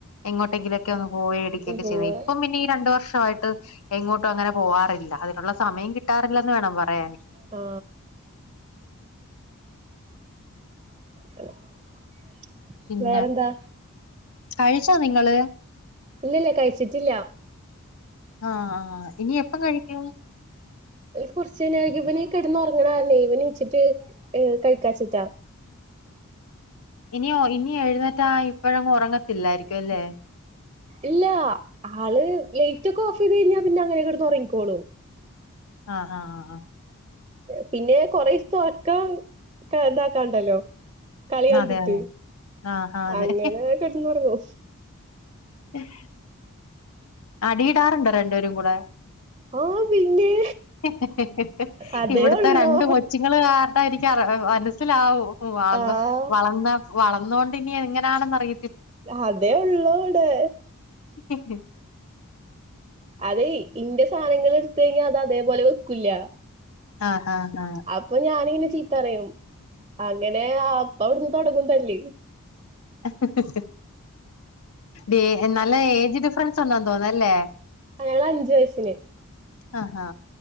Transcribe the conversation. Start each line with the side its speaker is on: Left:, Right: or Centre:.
Left: എങ്ങോട്ടെങ്കിലും ഒക്കെ ഒന്ന് പോയി ഇടിക്കൊക്കെ
Right: പോവാ
Left: ചെയ്യുന്നത് ഇപ്പ പിന്നെ ഈ രണ്ടു വർഷമായിട്ട് എങ്ങോട്ടും അങ്ങനെ പോവാറില്ല അതിനുള്ള സമയം കിട്ടാറില്ലന്ന് വേണം പറയാന്
Right: ആ <unintelligible>
Left: പിന്നെ
Right: വേറെന്താ
Left: കഴിച്ചോ നിങ്ങള്
Right: ഇല്ല ല്ല ല്ല കഴിച്ചിട്ടില്ല
Left: ആഹ ആഹ ഇനി എപ്പം കഴിക്കും
Right: കുറച്ചുകഴിഞ്ഞാൽ കൈക്കും ഇവനി കിടന്ന് ഉറങ്ങുന്ന കാരണേ ഇവാൻ നിച്ചിട്ട് ഹ് കഴിക്കാച്ചിട്ടാ
Left: ഇനി ഒ ഇനി എഴുന്നേറ്റാ ഇപ്പോഴെങ്ങും ഉറങ്ങത്തില്ലായിരിക്കും അല്ലേ
Right: ഇല്ല ആള് ലെയ്റ്റ് ഒക്കെ ഓഫ് ചെയ്ത് കഴിഞ്ഞാൽ പിന്നെ അങ്ങനെ കിടന്ന് ഉറങ്ങിക്കോളും
Left: ആഹ് ആഹ് ആ ആ
Right: പിന്നെ കൊറേയെസ്തേ ഉറക്കം ഇതാക്കാണ്ടല്ലോ കളി കണ്ടിട്ട്
Left: ആഹ് അതെ അതെ ആഹ് ആഹ് അതെ
Right: അങ്ങനെ കിടന്ന് ഉറങ്ങും
Left: <unintelligible> അടിയിടാറുണ്ടോ രണ്ടേരും കൂടെ
Right: ആ പിന്നെ
Left: ഹി ഹി ഹി
Right: അതേ
Left: ഇവിടത്തെ
Right: ഉള്ളൂ
Left: രണ്ട് കൊച്ചുങ്ങള് കാ <unintelligible> മനസ്സിലാവും
Right: ആഹ്
Left: വളർന്ന വളർന്നൊണ്ട് ഇനി എങ്ങനെയാണെന്ന് അറി
Right: അതേ ഉള്ളൂ ഇവ്ടെ
Left: ഹ് ഹ്
Right: അതെ ഇന്റെ സാധനങ്ങൾ എടുത്ത കഴിഞ്ഞാ അത് അതേപോലെ വെക്കൂല്ല
Left: ആ ആഹ ആഹ
Right: അപ്പൊ ഞാനിങ്ങനെ ചീത്തപറയും അങ്ങനെ അപ്പ അവിടുന്ന് തൊടങ്ങും തല്ല്
Left: ഹ ഹ ഹ ദേ നല്ല ഏജ് ഡിഫറൻസ് ഉണ്ടന്ന് തോന്നുന്നു അല്ലെ
Right: ആ ഞങ്ങള് അഞ്ചു വയസ്സിന്
Left: ആ ഹഹ